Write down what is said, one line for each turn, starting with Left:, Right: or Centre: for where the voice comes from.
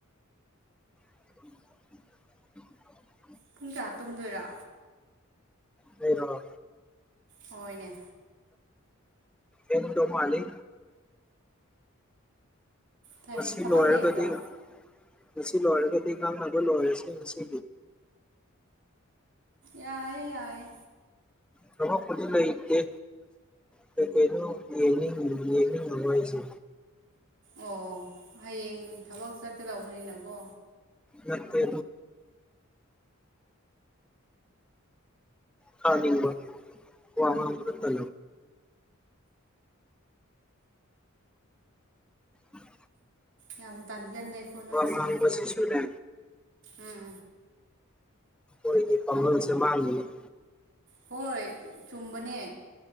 Centre: <unintelligible>
Right: ꯄꯨꯡ ꯀꯌꯥ ꯇꯨꯝꯗꯣꯏꯔꯥ
Centre: ꯂꯩꯔꯣ
Right: ꯍꯣꯏꯅꯦ
Centre: ꯍꯗꯣ ꯃꯥꯂꯤ
Right: ꯀꯔꯤ
Centre: ꯃꯁꯤꯁꯤ
Right: ꯊꯕꯛ
Centre: ꯂꯔ
Right: ꯂꯩꯕ꯭ꯔꯣ
Centre: ꯀꯗꯤ ꯉꯁꯤ ꯂꯣꯏꯔꯦꯜꯒꯗꯤ ꯀ ꯅꯒ ꯂꯣꯏꯔꯦꯁꯤ ꯉꯁꯤ
Right: ꯌꯥꯏꯌꯦ ꯌꯥꯏꯌꯦ
Centre: ꯊꯃꯣ ꯈꯨꯗꯤ ꯂꯩ ꯀꯦ ꯀꯩꯅꯩꯅ ꯌꯦꯅꯤ ꯌꯦꯅꯤꯡ ꯉꯅꯨꯡꯃꯥꯏꯁ
Right: ꯑꯣ ꯍꯌꯦꯡ ꯊꯕꯛ ꯆꯠꯀꯗꯧꯕꯅꯤꯅꯀꯣ
Centre: ꯃꯠꯇ ꯈꯕ ꯋꯥ ꯊ ꯎꯝ
Right: ꯌꯥꯝ ꯇꯥꯟꯒ ꯂꯩꯦꯀꯣ ꯅꯩꯁꯦ
Centre: ꯉꯥꯡꯕꯁꯤꯁꯨꯅꯦ
Right: ꯎꯝ
Centre: ꯣꯏꯒꯤ ꯀꯪꯒꯜꯁꯦ ꯃꯥꯥꯡꯥꯡ
Right: ꯍꯣꯏ ꯆꯨꯝꯕꯅꯦ